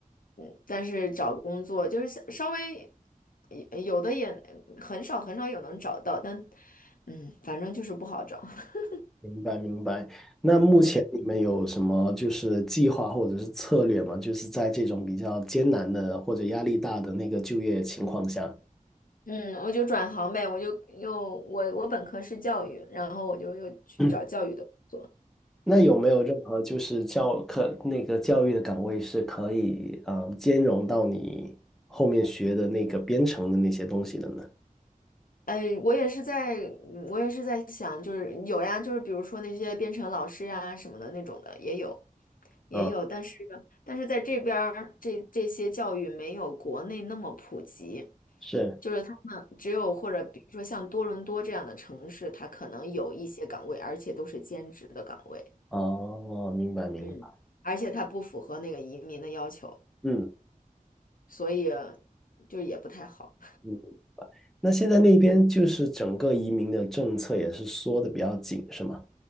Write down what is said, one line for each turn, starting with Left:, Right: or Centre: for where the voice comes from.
Left: 嗯，但是找工作就是稍稍微呃有的也很少很少有能找到，但嗯，反正就是不好找。<laughs>
Centre: 明白明白。那目前你们有什么就是计划或者是策略吗？
Left: 嗯
Centre: 就是在这种比较艰难的或者压力大的那个就业情况下，
Left: 嗯，我就转行呗，我就又我我本科是教育，然后我就又去找教育的工作。
Centre: <clears throat> 嗯那有没有任何就是教课那个教育的岗位是可以呃兼容到你后面学的那个编程的那些东西的呢？
Left: 哎，我也是在，嗯我也是在想，就是有呀，就是比如说那些编程老师呀什么的那种的也有，也有，
Centre: 啊，
Left: 但是但是在这边儿这这些教育没有国内那么普及，
Centre: 是
Left: 就是他们只有或者比如说像多伦多这样的城市，它可能有一些岗位，而且都是兼职的岗位，
Centre: 哦，明白明白。
Left: 嗯，而且它不符合那个移民的要求，
Centre: 嗯
Left: 所以就也不太好。
Centre: 嗯，那现在那边就是整个移民的政策也是缩的比较紧，是吗？